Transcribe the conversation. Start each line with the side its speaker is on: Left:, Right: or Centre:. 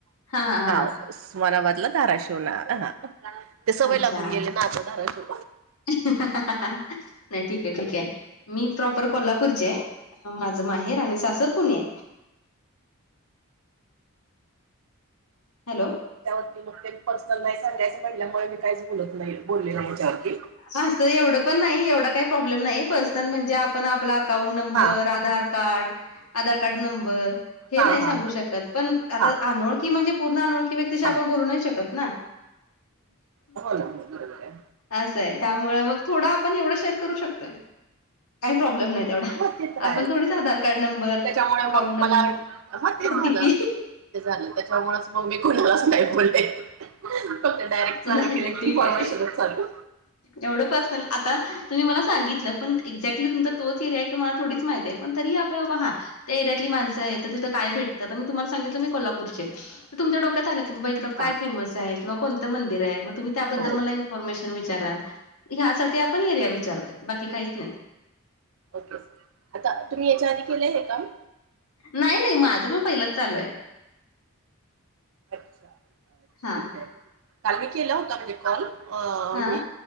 Left: हां हां हां
Right: हा
Left: हां.
Right: उस्मानाबादला धाराशिवना ते सवय
Left: अच्छा.
Right: लागून गेले ना आता धाराशिव.
Left: नाही ठीक आहे, ठीक आहे मी प्रॉपर कोल्हापूरची आहे. माझं माहेर आणि सासर पुणे. हॅलो!
Right: त्यावरती मग ते मी पर्सनल नाही सांगायचं म्हटल्यामुळे मी काहीच बोलत नाही बोलले याच्यावरती.
Left: असं एवढं पण नाही एवढा काही प्रॉब्लेम नाही पर्सनल म्हणजे आपण आपला अकाउंट number,
Right: हा
Left: Aadhaar card, Aadhaar card number हे
Right: हा
Left: नाही
Right: हा
Left: सांगू शकत पण आता
Right: हा
Left: अनोळखी म्हणजे पूर्ण अनोळ कि त्या
Right: हा
Left: आपण बोलू नाही शकत ना..
Right: हो ना हो बरोबर आहे
Left: असं आहे त्यामुळे मग थोडा आपण एवढं शेअर करू शकतोय काही प्रॉब्लेम नाही. तेवढा
Right: हो ते तर आहेच.
Left: आपण थोडीच आधार कार्ड नंबर,
Right: त्याच्यामुळे
Left: अकाउंट
Right: मग
Left: नंबर,
Right: मला हा ते झालं
Left: ओटीपी
Right: ते झालं त्याच्यामुळेच मग मी कोणलाच नाही बोलले, फक्त डायरेक्ट
Left: नाही,
Right: चालू
Left: नाही
Right: केले
Left: ठीक
Right: कॉल
Left: आहे.
Right: चालू
Left: एवढं पर्सनल आता तुम्ही मला सांगितलं पण एक्झॅक्टली तुमचा तोच एरिया आहे की मला थोडीच माहित आहे? पण तरी आपल्या हा त्या एरियातली माणसं आहे, तर तिथं काय भेटत? तर मी तुम्हाला सांगितलं मी कोल्हापूरची आहे.. मग तुमच्या डोक्यात आला की बाबा इकडंय
Right: हा
Left: फेमस आहे किं कोणतं मंदिर मग तुम्ही त्याबद्दल
Right: हो
Left: मला इन्फॉर्मशन विचारा ह्यासाठी आपण एरिया विचारतो, बाकी काहीच नाही..
Right: ओके. आता तुम्ही याच्या आधी केले आहे हे काम?
Left: नाही नाही.. माझं पण पहिलंच चालू आहे.
Right: अच्छा.
Left: हां,
Right: ठीक आहे काल मी केला होता म्हणजे कॉल अ
Left: हां,
Right: मी